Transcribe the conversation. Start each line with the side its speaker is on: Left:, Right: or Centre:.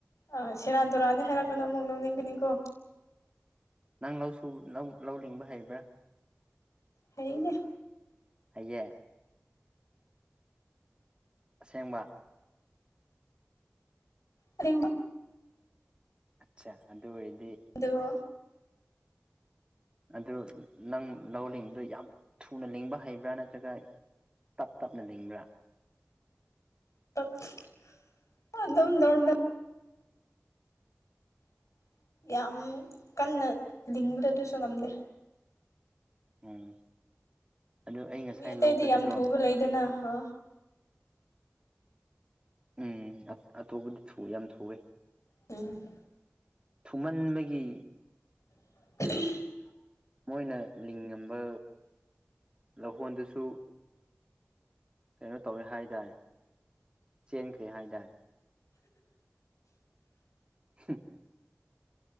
Left: ꯑꯥ ꯁꯦꯔꯥꯟ ꯇꯨꯔꯥꯟꯗꯤ ꯏꯔꯛꯀꯅꯣ ꯑꯃꯨꯛ ꯅꯣꯛꯅꯤꯡꯒꯅꯤꯀꯣ
Right: ꯅꯪ ꯂꯧꯁꯨ ꯂꯧ ꯂꯧ ꯂꯤꯡꯕ ꯍꯩꯕ꯭ꯔꯥ
Left: ꯍꯩꯅꯦ
Right: ꯍꯩꯌꯦ ꯑꯁꯦꯡꯕ
Left: ꯑꯁꯦꯡꯕ
Right: ꯑꯠꯁꯥ ꯑꯗꯨ ꯑꯣꯏꯔꯗꯤ
Left: ꯑꯗꯨꯕꯨ
Right: ꯑꯗꯨ ꯅꯪ ꯂꯧ ꯂꯤꯡꯕꯗꯣ ꯌꯥꯝ ꯊꯨꯅ ꯂꯤꯡꯕ ꯍꯩꯕ꯭ꯔꯥ ꯅꯠꯇ꯭ꯔꯒ ꯇꯞ ꯇꯞꯅ ꯂꯤꯡꯕ꯭ꯔꯥ
Left: <unintelligible> ꯑꯗꯨꯝ ꯅꯣꯔꯃꯦꯜ <inaudible> ꯌꯥꯝ ꯀꯟꯅ ꯂꯤꯡꯕꯗꯣ ꯑꯗꯨꯁꯨ ꯉꯝꯗꯦ
Right: ꯎꯝ ꯑꯗꯨ ꯑꯩ ꯉꯁꯥꯏ
Left: ꯃꯤ ꯑꯇꯩꯗꯤ
Right: ꯂꯧ ꯆꯠꯄꯗꯣ
Left: ꯌꯥꯝ ꯊꯨꯕ ꯂꯩꯗꯅ ꯍꯥ
Right: ꯎꯝ ꯑꯠ ꯑꯇꯣꯞꯄꯗꯣ ꯊꯨꯋꯦ ꯌꯥꯝ ꯊꯨꯋꯧ
Left: ꯎꯝ
Right: ꯊꯨꯃꯟꯕꯒꯤ
Left: <unintelligible>
Right: ꯃꯣꯏꯅ ꯂꯤꯡꯉꯝꯕ ꯂꯧꯍꯣꯟꯗꯨꯁꯨ ꯀꯩꯅꯣ ꯇꯧꯋꯦ ꯍꯥꯏ ꯗꯥꯏ ꯆꯦꯟꯈ꯭ꯔꯦ ꯍꯥꯏ ꯗꯥꯏ ꯍꯨ <unintelligible>